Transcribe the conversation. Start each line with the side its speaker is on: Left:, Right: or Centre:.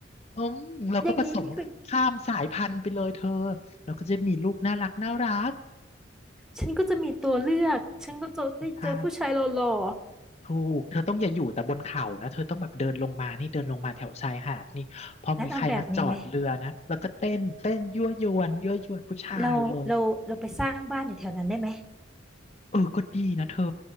Left: อืมเราก็ผสมข้ามสายพันธุ์ไปเลยเธอ
Centre: อย่างงี้นี่คือ
Left: เราก็จะมีลูกน่ารักน่ารัก
Centre: ฉันก็จะมีตัวเลือกฉันก็จะได้เจอผู้ชายหล่อ
Left: ใช่ถูกเธอต้องอย่าอยู่แต่บนเขานะเธอต้องแบบเดินลงมานี่เดินลงมาแถวชายหาดนี่พอมีใครมาจอดเรือนะแล้วก็เต้นเต้นยั่วยวนยั่วยวนผู้ชายเลย
Centre: ๆงั้นเอาแบบนี้ไหมเราเราเราไปสร้างบ้านอยู่แถวนั้นได้ไหม
Left: เออก็ดีนะเธอ